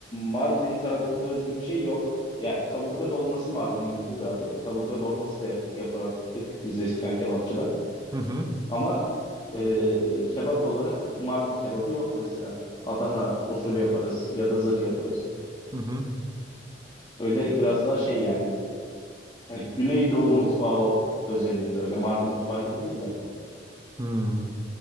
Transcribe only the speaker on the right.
Hı hı,
hı hı.
Hmm.